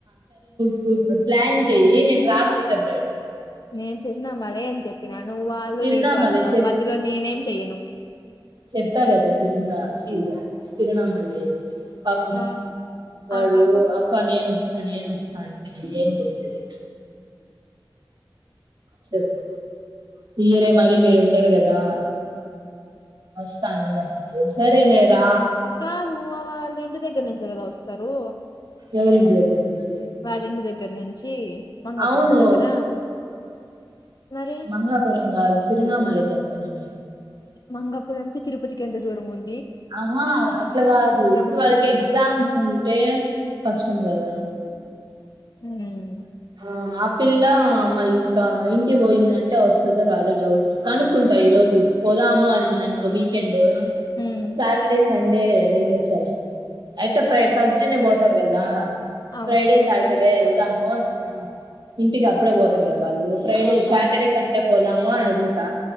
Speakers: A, on the right; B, on the left.
A: ఇపు ఇప్పుడు ప్లాన్ జేయ్యి నేను రాకపోతే అప్పుడడుగు
B: నేన్ చేసిన మళ్ళే అని చెప్పినా నువ్వు వాళ్ళు
A: తిరువణామలై
B: వీళ్ళు అన్నవ్ మధ్యలో నేనేం చెయ్యను.
A: చెప్ప కదా తిర్ముల చీ తిరుణమలెయ్ పాపం
B: ఆ
A: వాడు
B: ఆ పాపం
A: అక్క నేను ఓస్ అక్క నెన్ అస్త అంటే ఏం చేసేది చెప్ మీరే మీరు ఉండరు కదా వస్తాను సరేలేరా
B: కాదు ఆ వాళ ఇంటి దగ్గర నుంచి కదా వస్తారు.
A: ఎవర్ ఇంటి దగ్గర్ నుంచ్
B: వాళ్ళింటి దగ్గర నుంచి మంగపురం
A: అవును
B: దగ్గర మరి
A: మంగాపురం కాదు తిరుణమలే చెప్తున్నా నేను
B: మంగాపపురం తిరుతికి ఎంత దూర ఉం
A: ఆహువా అట్లా కాదు ఇప్పుడు
B: ఉంది
A: వాళ్ళకి ఎగ్జామ్స్ ఉంటే పస్ <unintelligible>
B: ముహు
A: ఆ ఆపిల్లా మళ్ళీ ఇంకా ఇంటి పోయిందంటే వస్తదో రాదొ డౌట్ కనుక్కుంట ఈరోజు పోదాము అనిందినుకో వీకెండ్
B: ఉమ్
A: సాటర్డే సండే ఎల్లిచ్చారు అయితే
B: సరే
A: తర్స్ డేనె పో పోతరు కదా
B: అవును
A: ఫ్రైడే
B: నేను
A: సాటర్డే
B: థర్స్డే పోతా
A: ఎల్దము ఆ ఇంటికి అప్పుడే పోతారు కదా వాళ్ళు. ఫ్రైడే
B: అవునవును
A: సాటర్డే సండే పోదాము అని అడుగుతా.